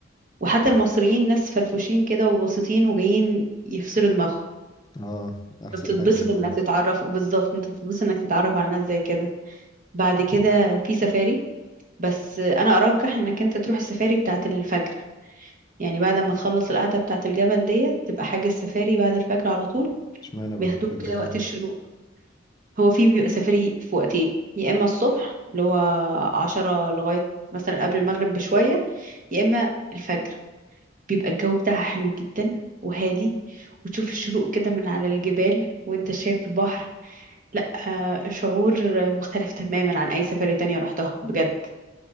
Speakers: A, on the right; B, on the left.
A: وحتى المصريين ناس فرفوشين كده وبسيطين وجايين يفصلوا دماغهم
B: اه احسن
A: بتتبسط
B: حاجه والله
A: انك تتعرف بالظبط انت بتتبسط انك تتعرف على ناس زي كده بعد كده في سفاري بس انا ارجح انك انت تروح السفاري بتاعة الفجر يعني بعد ما تخلص القعدة بتاعة الجبل ديت تبقى حاجة السفاري بعد الفجر على طول
B: اشمعنى بعد
A: بياخدوك
B: الفجر
A: كده
B: يعني
A: وقت الشروق هو في بيبقى سفري في وقتين يا اما الصبح اللي هو عشرة لغاية مثلا قبل المغرب بشوية يا اما الفجر بيبقى الجو بتاعها حلو جدا وهادي وتشوف الشروق كده من على الجبال وانت شايف البحر لا آه، شعور مختلف تماما عن اي سفرية تانية رحتها بجد